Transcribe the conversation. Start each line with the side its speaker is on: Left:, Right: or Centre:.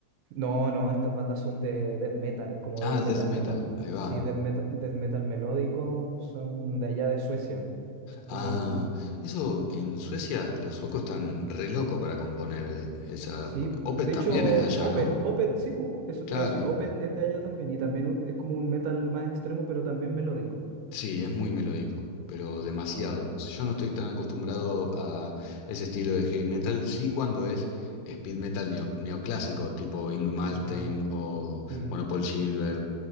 Right: No, no, estas bandas son de death metal, como
Left: Ah,
Right: death metal
Left: death metal,
Right: melo
Left: ahí va.
Right: sí, death metal, death metal melódico, son de allá de Suecia. Son como
Left: Ah,
Right: un,
Left: eso en Suecia los suecos están re locos para componer eh, esa.
Right: Sí, pu-
Left: Opeth
Right: de
Left: también
Right: hecho,
Left: es de allá,
Right: Opeth,
Left: ¿no?
Right: Opeth, sí, po, eso
Left: Claro.
Right: te iba a decir, Opeth es de allá también y también u- es como un metal más extremo, pero también melódico.
Left: Sí, es muy melódico, pero demasiado. Yo no estoy tan acostumbrado a ese estilo de heavy metal. Sí, cuando es speed metal neo- neoclásico, tipo Ingrid Malmsteen
Right: Ah,
Left: o,
Right: mm,
Left: bueno, Paul Gilbert,